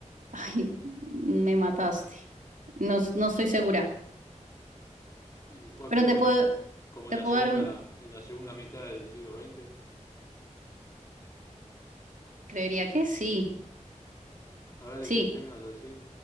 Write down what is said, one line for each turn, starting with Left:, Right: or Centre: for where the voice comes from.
Right: Ay, me mataste. No, s- no estoy segura.
Left: y fue
Right: Pero
Left: activo
Right: te puedo,
Left: en, como
Right: te
Left: en la
Right: puedo
Left: segunda,
Right: dar un...
Left: en la segunda mitad del siglo veinte
Right: Creería que sí,
Left: A ver,
Right: sí.
Left: ¿qué, qué me vas a decir?